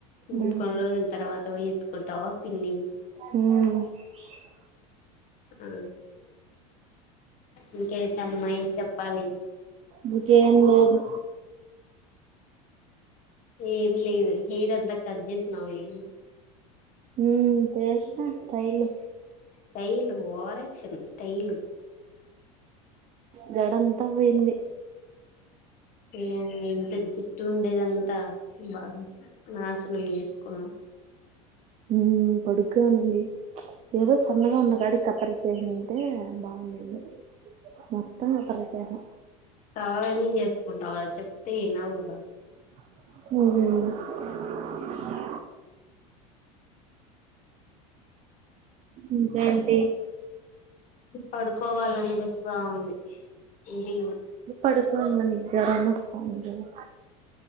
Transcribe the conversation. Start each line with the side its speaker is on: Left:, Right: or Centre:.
Left: ఇంకా
Right: ఉమ్
Left: కొన్ని రోజుల తర్వాత పొయ్యి ఏత్తుకుంటావా పిన్ని
Right: మ్
Left: ఆ ఇంకా ఏంటి అమ్మాయి చెప్పాలి
Right: ఇంకేం లేదు
Left: ఏమి లేదు హెయిర్ అంత కట్ చేసినావే
Right: మ్ చేషినా స్టైల్
Left: స్టైల్ ఓరక్షన్ స్టైల్
Right: జడంత పోయింది
Left: ఏందీ ఎంత జుట్టు ఉండేదంతా బా నాశనం చేసుకున్నాం
Right: మ్ పొడుగ్గ ఉంది ఏదో సన్నగా ఉన్న కాడి కత్తరిచ్చేసిన తే బాగుండింది మొత్తం కత్తిరిచ్చేసిన
Left: కావాలనే చేసుకుంటావు కదా చెప్తే వినవ్ కదా
Right: మ్ ఇంకే
Left: పడుకోవాలనిపిస్తా ఉంది ఇంటికి
Right: పడుకో <unintelligible>